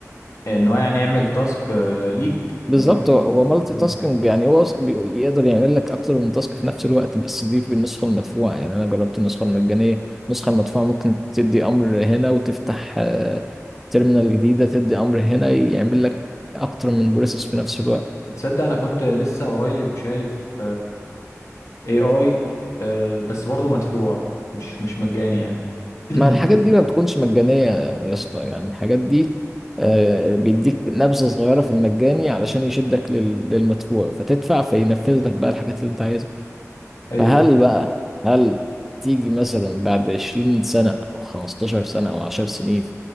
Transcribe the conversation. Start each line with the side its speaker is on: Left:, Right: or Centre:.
Left: ان هو يعني يعمل تاسك ليك
Centre: بالظبط
Left: دي
Centre: هو هو مالتي
Left: جامدة
Centre: تاسكينج يعني هو أص- بي- يقدر يعمل لك اكتر من تاسك في نفس الوقت بس دي بالنسخه المدفوعه يعني انا جربت النسخه المجانيه النسخه المدفوعه ممكن تدي امر هنا وتفتح آه، تيرمينال جديده تدي امر هنا يعمل لك اكتر من بروسيس في نفس الوقت
Left: تصدق انا كنت لسه قريب شايف اي اي بس برضه مدفوع مش مش مجاني يعني <clears throat>
Centre: ما الحاجات دي ما بتكونش مجانيه يا اسطى يعني الحاجات دي آه، بيديك نبذه صغيره في المجاني علشان يشدك لل- للمدفوع فتدفع فينفذ لك بقى الحاجات اللي انت عايزها
Left: ايوه
Centre: فهل بقى هل تيجي مثلا بعد 20 سنة أو 15 سنة أو 10 سنين